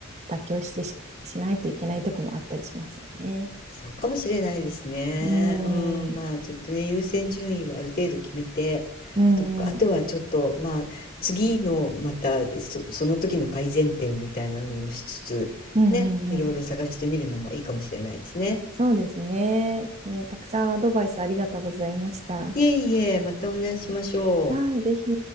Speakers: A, on the right (about 35°); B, on the left (about 45°).
A: 妥協してし、しないといけないとこもあったりしますよね。
B: そうかもしれないですね。
A: う
B: うん、
A: ん。
B: まあちょっとね、優先順位をある程度決めて、
A: うんうん。
B: とか、あとはちょっと、まあ次のまたそ、その時の改善点みたいなのもしつつ、
A: うんうんうん
B: ね、いろいろ探してみるのもいいかもしれないですね。
A: そうですね。えーたくさんアドバイスありがとうございました。
B: いえいえ、またお話ししましょう。
A: はい、ぜひ。